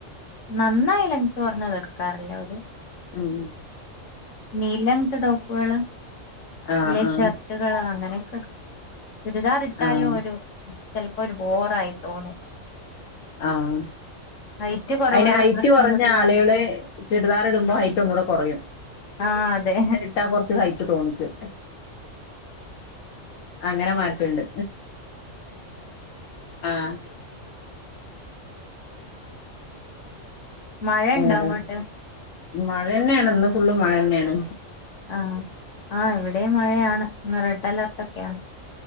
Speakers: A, on the left; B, on the left.
A: നന്നായി ലങ്ത്ത് കൊറഞ്ഞത് എടുക്കാറില്ല ഒരു
B: ഉം
A: നീലങ്ങത്തെ ടോപ്പുകള്
B: ആഹ്
A: അല്ലെ
B: ആഹ്
A: ഷർട്ടുകള് അങ്ങനെയൊക്കെ എടുക്കും ചുരിദാർ ഇട്ടാലും
B: ആഹ്
A: ഒരു ചെൽപ്പോ ഒരു ബോറായി തോന്നും
B: ആഹ്
A: ഹൈറ്റ് കുറവുള്ള
B: അയിന് ഹൈറ്റ്
A: ഒരു പ്രശ്നം
B: കുറഞ്ഞ
A: കൂടെള്ളോണ്ട്
B: ആളുകള് ചുരിദാർ ഇടുമ്പോ ഹൈറ്റ് ഒന്നുകൂടെ കുറയും
A: ആഹ് അതെ
B: ട്ടാ കൊറച്ച് ഹൈറ്റ് തോന്നിക്കും അങ്ങനെ മാ ണ്ട് ആഹ്
A: മഴ
B: <unintelligible>
A: ഉണ്ടോ അങ്ങോട്ട്
B: മഴ ന്നെയാണ് ഇന്ന് ഫുള്ള് മഴ തന്നെയാണ്
A: ആഹ് ആ ഇവിടെയും മഴയാണ് റെഡ് അലേർട്ടൊക്കെയാണ്